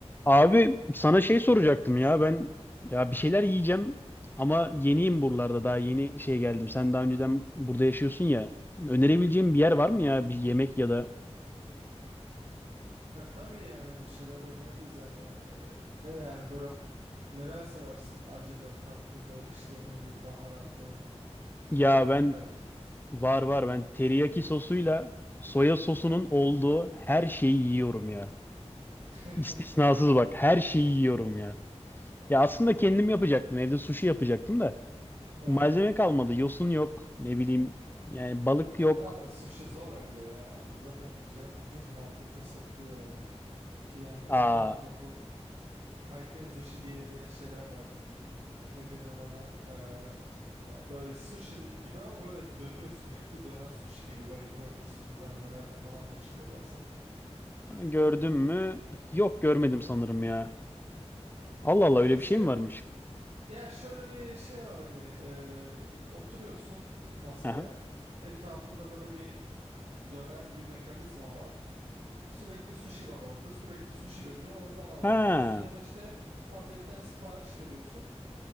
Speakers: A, on the left; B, on the right.
A: Abi sana şey soracaktım ya ben ya bir şeyler yiyeceğim ama yeniyim buralarda daha yeni şey geldim. Sen daha önceden burada yaşıyorsun ya. Önerebileceğim bir yer var mı ya bir yemek ya da
B: Ya tabii yani bir şeyler öneririz hani e, ne yani böyle neler seversin acıdır tatlıdır işte ne bileyim baharatlı
A: ya
B: var mı
A: ben
B: bir tercihin?
A: var var ben teriyaki sosuyla soya sosunun olduğu her şeyi yiyorum ya.
B: <laughs>
A: İstisnasız bak her şeyi yiyorum ya. Ya aslında kendim yapacaktım evde sushi yapacaktım da
B: Evet.
A: malzeme kalmadı yosun yok ne bileyim yani balık yok.
B: Abi sushi zor evde ya zaten ja- ucuz markette satılıyor yani ki yani
A: Aa
B: zaten e, bu kaiten sushi diye de şeyler var ne denir ona E, ya böyle sushi gibi ama böyle dönüyor sürekli dönen sushi gibi belki görmüşsündür animelerde falan da çıkıyor bazen.
A: Gördüm mü? Yok görmedim sanırım ya. Allah Allah
B: Neyse
A: öyle bir şey mi varmış?
B: Ya şöyle bir şey var hani e, oturuyorsun masaya
A: Aha.
B: etrafında böyle bir dönen bir mekanizma var. Sürekli sushi var orada sürekli sushi dönüyor oradan alabiliyorsun
A: Ha,
B: ya da işte tabletten sipariş veriyorsun.